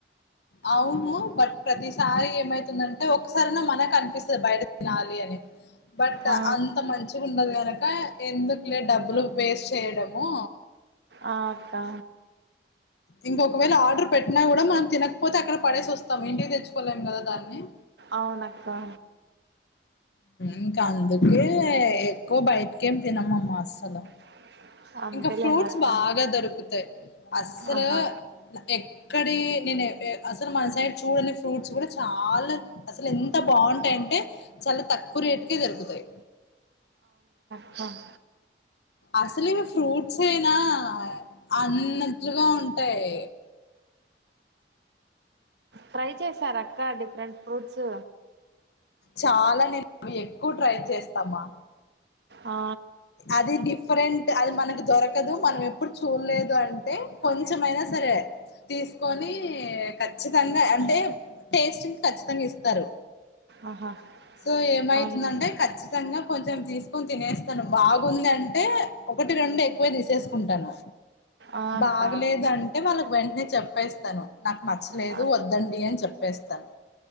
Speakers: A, on the left; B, on the right.
A: అవును బట్ ప్రతిసారి ఏమైతుందంటే ఒకసారిన్నా మనకు అనిపిస్తాది బయట తినాలి అని. బట్
B: ఆ
A: అంత మంచిగా ఉండదు గనుక ఎందుకు? డబ్బులు వేస్ట్ చేయడము
B: ఆ అక్కా
A: ఇంకొకవేళ ఆర్డర్ పెట్టినా కూడా మనం తినకపోతే అక్కడ పడేసి వస్తాం ఇంటికి తెచ్చుకోలేం కదా. దాన్ని
B: అవునక్కా
A: ఇంకా అందుకే ఎక్కువ బయటకేం తినమమ్మ అస్సలు
B: <inaudible>
A: ఇంకా ఫ్రూట్స్
B: అక్క
A: బాగా దొరుకుతాయి. అసలు
B: ఆహా
A: ఎక్కడ నేను అసలు మనసైడ్ చూడని ఫ్రూట్స్ కూడా చాలా అసలు ఎంత బాగుంటాయంటే చాలా తక్కువ తక్కువ రేటుకే దొరుకుతాయి.
B: హహ్
A: అసలు ఇవి ఫ్రూట్స్ యేనా అన్నట్లుగా ఉంటాయి.
B: ట్రై చేశారా అక్కా డిఫరెంట్ ఫ్రూట్స్
A: చాలా నేను అవి ఎక్కువ ట్రై చేస్తామా
B: ఆ
A: అది డిఫరెంట్ అది మనకు దొరకదు మనం ఎప్పుడూ ఎప్పుడూ చూడలేదు అంటే కొంచెమైనా సరే తీసుకొని ఖచ్చితంగా అంటే టేస్ట్ంగ్ ఖచ్చితంగా ఇస్తారు.
B: ఆహా
A: సో ఏమైతుందంటే
B: అవునా
A: ఖచ్చితంగా కొంచెం తీసుకొని తినే బాగుందింటే ఒకటి రెండు ఎక్కువే తీసేసుకుంటాను.
B: ఆ అక్క
A: బాగలేదు అంటే వాళ్ళకు వెంటనే చెప్పేస్తాను. నాకు నచ్చలేదు
B: ఆ,
A: వద్దండి అని చెప్పేస్తాను.